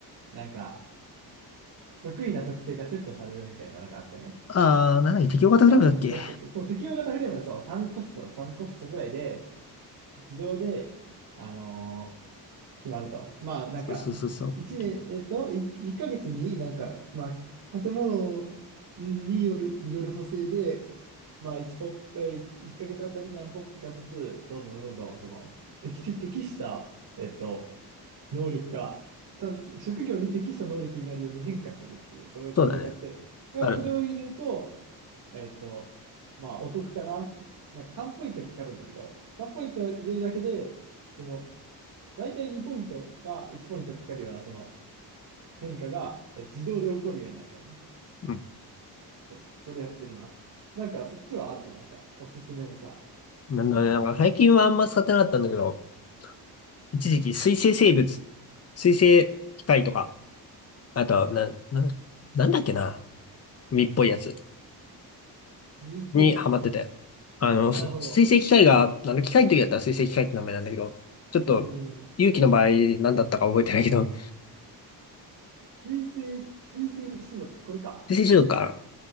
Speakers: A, on the right; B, on the left.
A: なんか、得意な特性がセットされるみたいなのがあってね。
B: あー、なんだっけ適応型グラムだっけ
A: なんてやつだっけそう、適用型フレームだ、そう、3コスト、3コストぐらいで、自動で、あの決まると。まあ、なんか、
B: そうそうそうそう。
A: 一年、えっと、い一ヶ月になんか、まあ、建物による、による補正で、まあ、一ポップ、えー一ヶ月あたり何ポップかずつ、どんどんどんどん、その、適し、適した、えっと、能力が、た職業に適した能力になるように変化するっていう、そういう特性があって、
B: そうだね。
A: だからそれを入れると、
B: あるね
A: えっと、まあ、お得かなって。なんか3ポイントかかるんだけど、3ポイント入れるだけで、その、大体2ポイントか1ポイントかかるようなその変化がえ自動で起こるようになるからね。
B: うん
A: そう、それやってるな。なんかそっちはあるのなんかおすすめのさ、
B: なんだろうね。
A: あの
B: なんか最近はあんま使ってなかったんだけど、一時期水生生物、水生機械とか、あと、な、な、なんだっけな。海っぽいやつ
A: ー、海っぽいやつ。
B: にハマってて。あの、
A: なるほど。
B: す水生機械が、あの、機械の時だったら水生機械って名前なんだけど、ちょっと、
A: うん。
B: 勇気の場合何だったか覚えてないけど、
A: 水生、水生種族、これか。
B: 水生中毒かな。